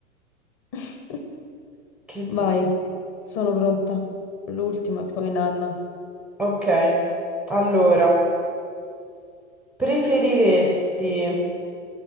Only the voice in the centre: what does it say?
che
di...
Ok, allora, preferiresti